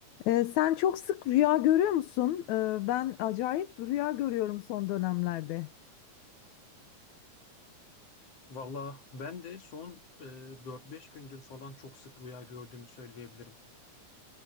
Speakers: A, on the left; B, on the left.
A: Ee, sen çok sık rüya görüyor musun? Ee, ben acayip rüya görüyorum son dönemlerde.
B: Valla ben de son e, 4-5 gündür falan çok sık rüya gördüğümü söyleyebilirim.